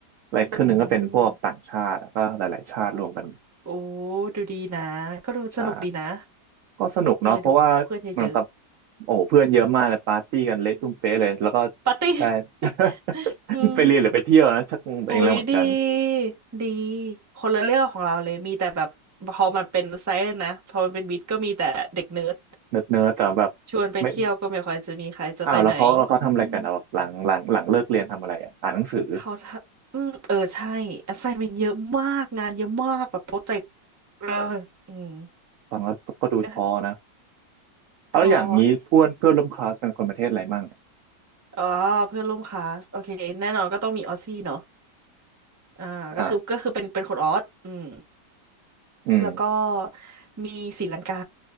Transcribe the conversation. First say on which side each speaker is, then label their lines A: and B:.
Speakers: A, on the right; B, on the right.
A: และครึ่งหนึ่งก็เป็นพวกต่างชาติแล้วก็หลายๆชาติรวมกัน
B: อืมอ่ะโอ้ดูดีนะก็ดูสนุกดีนะ
A: ใช่ก็สนุกเนาะเพราะว่าเหมือนกับ
B: เออดูเพื่อนเยอะๆ
A: โอ้โหเพื่อนเยอะมากเลยปาร์ตี้กันเละตุ้มเป๊ะเลยแล้วก็
B: ปาร์ตี้
A: ได้
B: <laughs>
A: <laughs>
B: อืม
A: ไปเรียนหรือไปเที่ยวนะชักงงตัวเองแล้วเหมือนกัน
B: อุ๊ยดีดีคนละเรื่องของเราเลยมีแต่แบบพอมันเป็นไซส์นะพอมันเป็นวิทย์ก็มีแต่เด็กเนิร์ด
A: เนิร์ดๆแต่แบบ
B: ชวนไปเที่ยวก็ไม่ค่อยจะมีใครจะไปไหนอืม
A: ไม่ อ้าวแล้วเขาแล้วเขาทำอะไรกันอ่ะแบบหลังหลังหลังเลิกเรียนทำอะไรอ่ะอ่านหนังสือ
B: เขาทำอืมเออใช่ assignment เยอะมากงานเยอะมากแบบโปรเจกต์เอออืม
A: ฟังแล้วก็ดูท้อนะ
B: ก็คือ
A: เอาแล้วอย่างนี้เพื่อนเพื่อนร่วมคลาสเป็นคนประเทศอะไรมั่ง
B: ท้อดิอ๋อเพื่อนร่วมคลาสโอเคแน่นอนก็ต้องมีออสซี่เนาะอ่าก็คือก็คือเป็นเป็นคนออสอืม
A: อ่าอืม
B: แล้วก็มีศรีลังกา